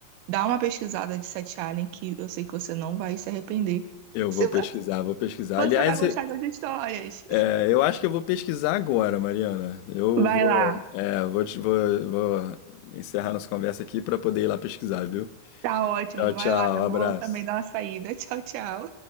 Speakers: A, on the right; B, on the left.
A: dá uma pesquisada de Sete Alien que eu sei que você não vai se arrepender.
B: Eu
A: Se
B: vou pesquisar,
A: vo-
B: vou pesquisar.
A: você
B: Aliás,
A: vai gostar
B: eu
A: das histórias.
B: É, Eu acho que eu vou pesquisar agora, Mariana. Eu
A: Vai
B: vou,
A: lá,
B: é, vou, te- vou, vou encerrar nossa conversa aqui para poder ir lá pesquisar, viu?
A: tá ótimo,
B: Tchau,
A: vai
B: tchau,
A: lá, eu
B: abraço.
A: vou também dar uma saída. <laughs> Tchau, tchau.